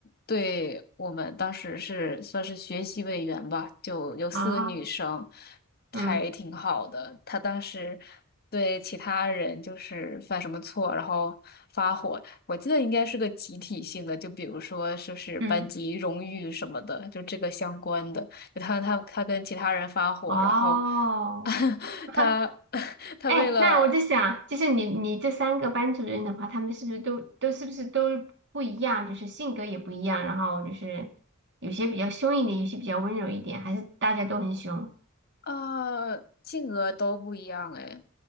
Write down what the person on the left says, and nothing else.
对我们当时是算是学习委员吧，就有四个女生，
还挺好的。她当时对其他人就是犯什么错，然后发火，我记得应该是个集体性的，就比如说是不是班级荣誉什么的，
就这个相关的。他他他跟其他人发火，
然后 <laughs>
他 <laughs> 他为了
啊，性格都不一样哎，